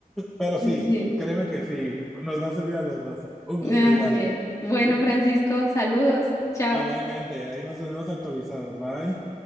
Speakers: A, in the centre; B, on the left.
A: pero sí,
B: Sí.
A: créeme que sí, nos va a servir a los dos. Un gusto
B: Así
A: igual.
B: es. Bueno, Francisco, saludos. Chao.
A: Igualmente, ahí nos tenemos actualizados. Bye.